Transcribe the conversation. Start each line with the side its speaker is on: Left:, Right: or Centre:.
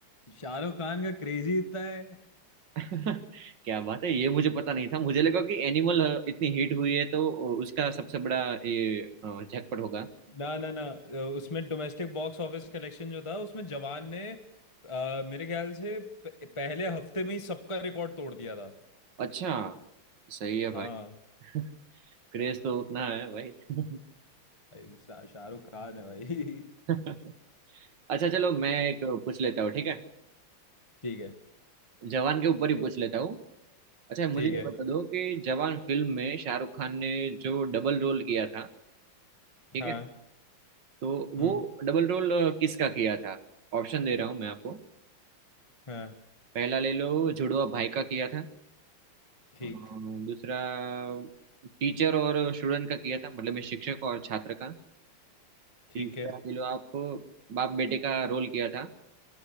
Left: शाहरुख खान का क्रेजी इतना है
Right: <laughs> क्या बात है ये मुझे पता नहीं था मुझे लगा कि एनिमल इतनी हिट हुई है तो उसका सबसे बड़ा ये अ, झटपट होगा
Left: ना ना ना अ, उसमें डोमेस्टिक बॉक्स ऑफिस कलेक्शन जो था उसमें जवान ने अ, मेरे ख्याल से प- पहले हफ्ते में ही सबका रिकॉर्ड तोड़ दिया था
Right: अच्छा सही है भाई
Left: हाँ
Right: <laughs> क्रेज तो उतना है भाई
Left: भाई, शा- शाहरुख खान है भाई
Right: <laughs> अच्छा चलो मैं एक पूछ लेता हूँ ठीक है
Left: ठीक है
Right: जवान के ऊपर ही पूछ लेता हूँ अच्छा मुझे
Left: ठीक
Right: ये
Left: है
Right: बता दो कि जवान फिल्म में शाहरुख खान ने जो डबल रोल किया था ठीक
Left: हाँ
Right: है तो वो
Left: हम्म
Right: डबल रोल अ, किसका किया था ऑप्शन दे रहा हूँ मैं आपको
Left: हाँ
Right: पहला ले लो जुड़वा भाई का किया था
Left: ठीक
Right: अ, दूसरा टीचर और स्टूडेंट का किया था मतलब मैं शिक्षक और छात्र का
Left: ठीक
Right: तीसरा
Left: है
Right: ले लो आप बाप बेटे का रोल किया था